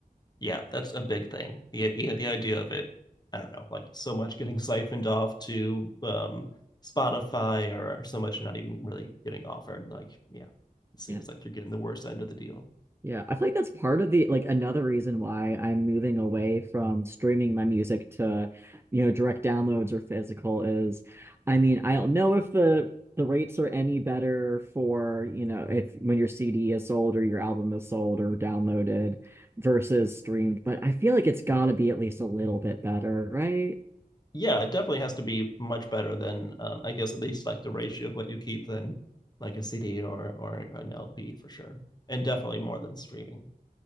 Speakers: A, on the left (about 25°); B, on the right (about 15°).
A: yeah that's a big thing yeah, yeah the idea of it i don't know like so much getting siphoned off to um spotify or so much not even really getting offered like yeah it seems
B: Yeah.
A: like you're getting the worst end of the deal
B: Yeah, I feel like that's part of the like another reason why I'm moving away from streaming my music to, you know, direct downloads or physical is, I mean, I don't know if the the rates are any better for, you know, if when your CD is sold or your album is sold or downloaded versus streamed, but I feel like it's got to be at least a little bit better, right?
A: yeah, it definitely has to be much better than um, I guess at least like the ratio of what you keep than like a CD or or an LP for sure, and definitely more than streaming.